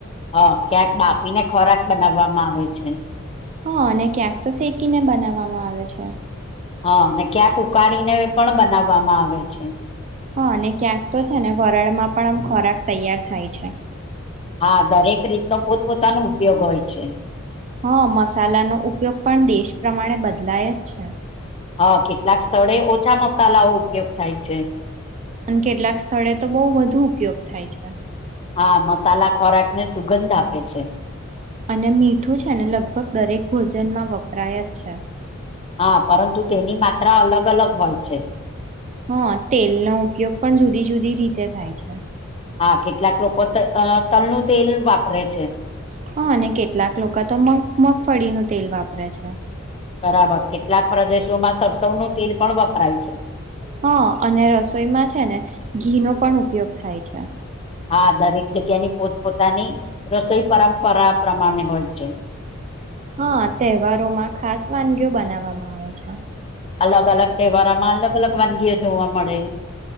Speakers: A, on the left (about 30°); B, on the right (about 35°).
A: હ ક્યાંક માફીને ખોરાક બનાવવામાં આવે છે
B: હા અને ક્યાંક તો શેકીને બનાવવામાં આવે છે
A: હા ને ક્યાંક ઉકાળીને પણ બનાવવામાં આવે છે
B: હા અને ક્યાંક તો છે ને વરાળમાં પણ આમ ખોરાક તૈયાર થાય છે
A: હા દરેક રીતનો પોતપોતાનો ઉપયોગ હોય છે
B: હા મસાલાનો ઉપયોગ પણ દેશ પ્રમાણે બદલાય જ છે
A: હા કેટલાક સ્થળે ઓછા મસાલાઓ ઉપયોગ થાય છે
B: અને કેટલાક સ્થળે તો બહુ વધુ ઉપયોગ થાય છે
A: હા મસાલા ખોરાક ને સુગંધ આપે છે
B: અને મીઠું છે ને લગભગ દરેક ભોજનમાં વપરાય જ છે
A: હા પરંતુ તેની માત્રા અલગ અલગ હોય છે
B: હા તેલનો ઉપયોગ પણ જુદી જુદી રીતે થાય છે
A: હા કેટલાક લોકો ત તલનું તેલ વાપરે છે
B: હા અને કેટલાક લોકો તો મગફળીનું તેલ વાપરે છે
A: બરાબર કેટલાક પ્રદેશોમાં સરસવનું તેલ પણ વપરાય છે
B: હા અને રસોઈમાં છે ને ઘીનો પણ ઉપયોગ થાય છે
A: હા દરેક જગ્યાની પોત પોતાની રસોઈ પરંપરા પ્રમાણે હોય છે
B: હા તહેવારોમાં ખાસ વાનગીઓ બનાવવામાં આવે છે.
A: અલગ અલગ તહેવારોમાં અલગ અલગ વાનગીઓ જોવા મળે